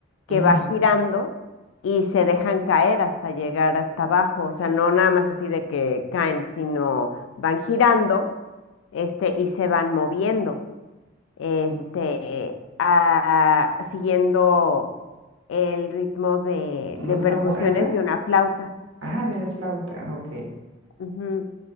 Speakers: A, on the left (about 80°); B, on the right (about 85°).
A: que
B: ujú,
A: va girando y se dejan caer hasta llegar hasta abajo. O sea, no nada más así de que caen, sino van girando, este, y se van moviendo, este,
B: ujú,
A: a- siguiendo el ritmo de, de
B: Unos
A: percusiones
B: tambores,
A: de una flauta.
B: Ah, de la flauta, ok.
A: Ujú.